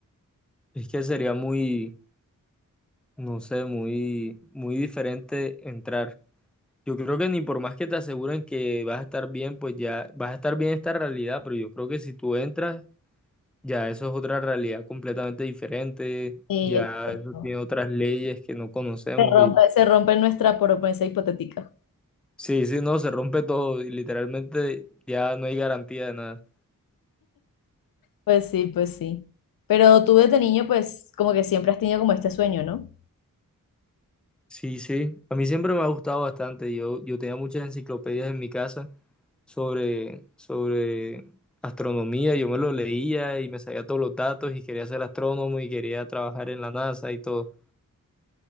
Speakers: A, in the centre; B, on the left (about 80°).
A: Es que sería muy, no sé, muy, muy diferente entrar. Yo creo que ni por más que te aseguren que vas a estar bien, pues ya vas a estar bien esta realidad, pero yo creo que si tú entras, ya eso es otra realidad completamente diferente,
B: Y
A: ya
B: exacto.
A: eso tiene otras leyes que no conocemos
B: se rompe,
A: y
B: se rompe nuestra promesa hipotética.
A: sí, sí, no, se rompe todo y literalmente ya no hay garantía de nada.
B: Pues sí, pues sí. Pero tú desde niño, pues como que siempre has tenido como este sueño, ¿no?
A: Sí, sí, a mí siempre me ha gustado bastante, yo, yo tenía muchas enciclopedias en mi casa sobre, sobre astronomía, yo me lo leía y me sabía todos los datos y quería ser astrónomo y quería trabajar en la NASA y todo.